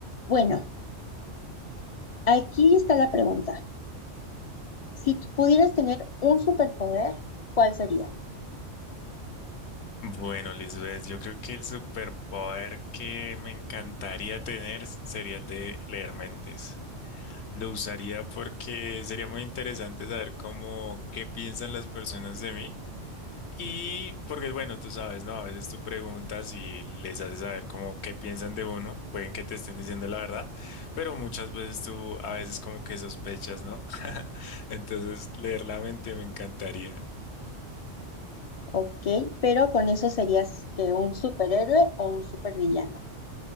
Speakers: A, on the left; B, on the left.
A: Bueno, aquí está la pregunta. Si tú pudieras tener un superpoder, ¿cuál sería?
B: Bueno, Lisbeth, yo creo que el superpoder que me encantaría tener sería el de leer mentes. Lo usaría porque sería muy interesante saber cómo, qué piensan las personas de mí. Y porque, bueno, tú sabes, ¿no? A veces tú preguntas y les haces saber cómo qué piensan de uno. Pueden que te estén diciendo la verdad, pero muchas veces tú a veces como que sospechas, ¿no? <laughs> Entonces, leer la mente me encantaría.
A: Ok, pero con eso serías que un superhéroe o un supervillano.